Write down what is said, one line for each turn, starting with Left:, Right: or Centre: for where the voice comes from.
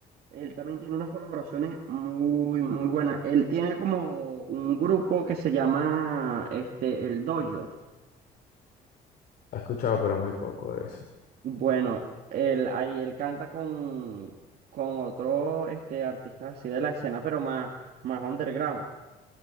Right: él también tiene unas colaboraciones muy, muy buenas. Él tiene como un grupo que se llama este, El Dojo.
Left: He escuchado, pero muy poco de eso.
Right: Bueno, él, ahí él canta con, con otro este, artista así de la escena, pero más, más underground.